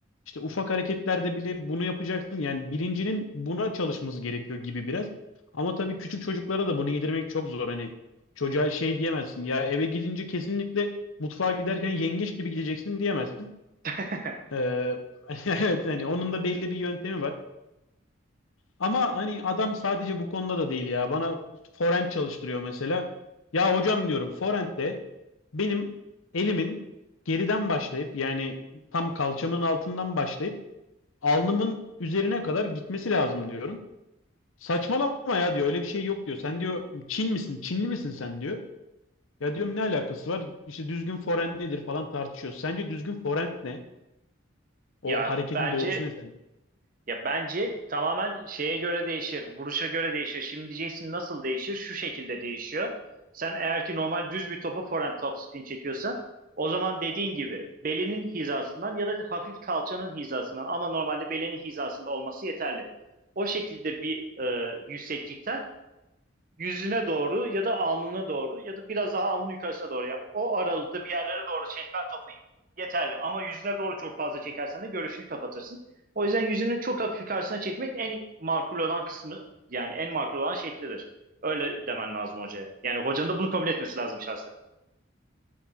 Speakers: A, on the left (about 85°); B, on the right (about 45°).
A: İşte ufak hareketlerde bile bunu yapacaksın. Yani bilincinin buna çalışması gerekiyor gibi biraz. Ama tabii küçük çocuklara da bunu yedirmek çok zor. Hani çocuğa şey diyemezsin. Ya eve gidince kesinlikle mutfağa giderken yengeç gibi gideceksin diyemezsin.
B: <laughs>
A: Ee, <laughs> evet hani onun da belli bir yöntemi var. Ama hani adam sadece bu konuda da değil ya. Bana forend çalıştırıyor mesela. Ya hocam diyorum forend'de benim elimin geriden başlayıp yani tam kalçamın altından başlayıp alnımın üzerine kadar gitmesi lazım diyorum. Saçmalama ya diyor öyle bir şey yok diyor. Sen diyor Çin misin? Çinli misin sen diyor. Ya diyorum ne alakası var? İşte düzgün forend nedir falan tartışıyoruz. Sence düzgün forend ne? O
B: Ya
A: hareketin
B: bence
A: doğrusu ne
B: Ya bence tamamen şeye göre değişir, vuruşa göre değişir. Şimdi diyeceksin nasıl değişir? Şu şekilde değişiyor. Sen eğer ki normal düz bir topu forehand topspin çekiyorsan o zaman dediğin gibi belinin hizasından ya da hafif kalçanın hizasından ama normalde belinin hizasında olması yeterli. O şekilde bir e, yükseklikten yüzüne doğru ya da alnına doğru ya da biraz daha alnın yukarısına doğru. Yani o aralıkta bir yerlere doğru çekmen topu yeterli. Ama yüzüne doğru çok fazla çekersen de görüşünü kapatırsın. O yüzden yüzünü çok hafif yukarısına çekmek en makul olan kısmı yani en makul olan şeklidir. Öyle demen lazım hocaya. Yani hocanın da bunu kabul etmesi lazım şahsen.